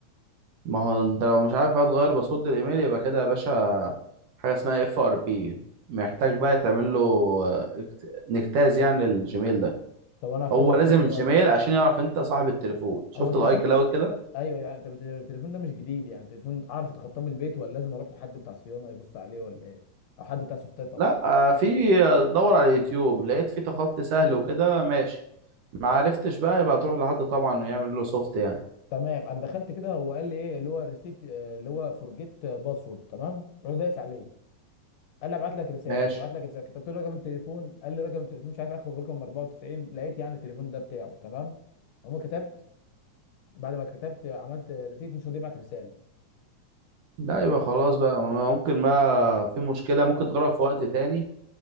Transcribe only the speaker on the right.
ما هو انت لو مش عارف بقى تغير باسورد الايميل يبقى كده يا باشا حاجه اسمها اف ار بي محتاج بقى تعمل له آه، اكت- نجتاز يعني الجيميل ده
هو
لازم الجيميل
عشان يعرف انت صاحب التليفون شفت
الاي كلاود كده
لا آه، في آه، دور على اليوتيوب لقيت في تخطي سهل وكده ماشي ما عرفتش بقى يبقى تروح لحد طبعا يعمل له سوفت يعني
ماشي
لا يبقى خلاص بقى ممكن بقى في مشكلة ممكن تغرق في وقت تاني